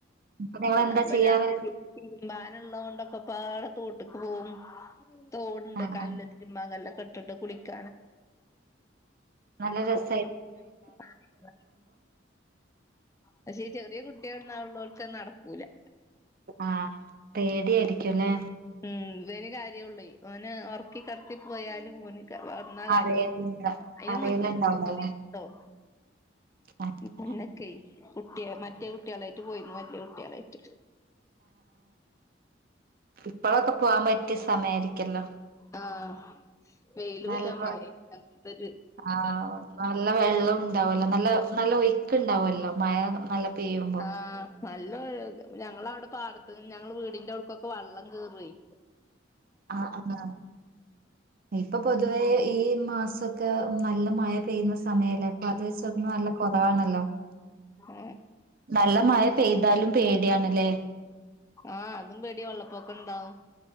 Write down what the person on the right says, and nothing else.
അപ്പൊ നിങ്ങൾ എന്താ
ചെയ്യാറ്
ആ
ആ
നല്ല രസാ
ആഹ് പേടിയായിരിക്കുല്ലേ
അറിയലില്ല
അറിയലുണ്ടാവില്ലല്ലേ
അങ്ങനെ
ഇപ്പോളോക്കെ പോവാൻ പറ്റിയ സമയാരിക്കല്ലോ
നല്ല
ആഹ് നല്ല വെള്ളം ഉണ്ടാവല്ലോ നല്ല നല്ല ഒയ്ക്ക് ഉണ്ടാവല്ലോ മഴ നല്ല പെയ്യുമ്പോ
ആഹ് ഇപ്പൊ പൊതുവെ ഈ ഈ മാസൊക്കെ നല്ല മഴ പെയ്യുന്ന സമയല്ലേ അപ്പൊ അത് വെച്ച് നോക്കുമ്പോ നല്ല കൊറവാണല്ലോ.
നല്ല മഴ പെയ്താലും പേടിയാണ് ല്ലേ